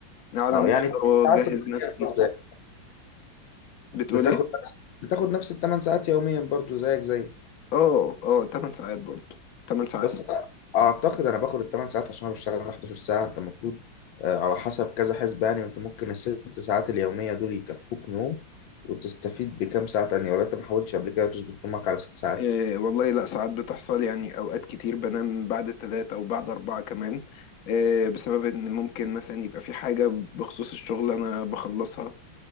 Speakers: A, on the left (about 55°); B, on the left (about 75°).
A: قاعد
B: أه
A: مفطر
B: يعني
A: واجهز
B: ساعات يوميا
A: نفسي
B: برضه يعني.
A: بتقول
B: بتاخد
A: ايه
B: بتاخد نفس الثمان ساعات يوميا برضه زيك زيك
A: اه اه 8 ساعات برضه 8 ساعات
B: بس اعتقد انا باخد الثمان ساعات عشان انا بشتغل 11 ساعه انت المفروض آه، على حسب كذا حسبة يعني انت ممكن الست ساعات اليوميه دول يكفوك نوم وتستفيد بكام ساعه تانية ولا انت ما حاولتش قبل كده تظبط نومك على ست ساعات
A: إيه والله لا ساعات بتحصل يعني اوقات كتير بنام بعد الثلاثة او بعد اربعة كمان إيه بسبب ان ممكن مثلا يبقى في حاجة بخصوص الشغل انا بخلصها